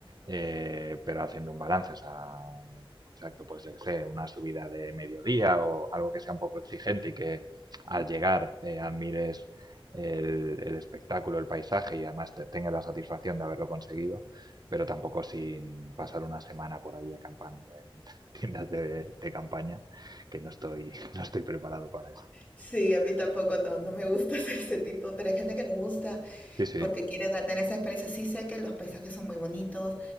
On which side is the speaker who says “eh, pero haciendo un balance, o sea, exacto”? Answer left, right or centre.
Right